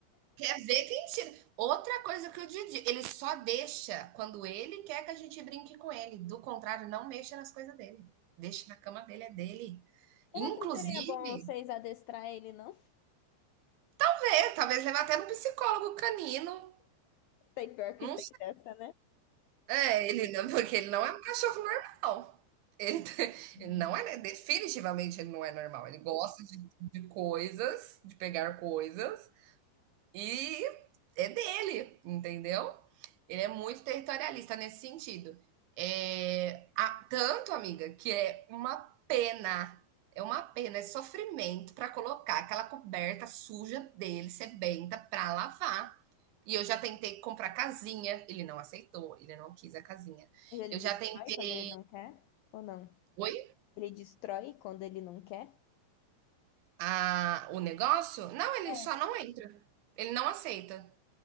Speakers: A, on the right; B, on the left.
A: quer ver quem tira. Outra coisa que o Didi, ele só deixa quando ele quer que a gente brinque com ele. Do contrário, não mexa nas coisas dele. Deixa na cama dele, é dele.
B: Será
A: Inclusive,
B: que não seria bom vocês adestrar ele, não?
A: vamos ver, talvez levar até no psicólogo canino.
B: Tem pior que
A: Não
B: tem dessa, né?
A: É, ele não, porque ele não é um cachorro normal. Ele, <laughs> tem-
B: Hum.
A: ele não é, definitivamente ele não é normal. Ele gosta de, de coisas, de pegar coisas, e é dele, entendeu? Ele é muito territorialista nesse sentido. É, a- tanto, amiga, que é uma pena, é uma pena, é sofrimento para colocar aquela coberta suja dele, sebenta, para lavar. E eu já tentei comprar casinha, ele não aceitou, ele não quis a casinha.
B: Mas ele
A: Eu
B: destrói
A: já tentei.
B: quando ele não quer? Ou não?
A: Oi?
B: Ele destrói quando ele não quer?
A: a o negócio? Não, ele
B: É.
A: só não entra. Ele não aceita.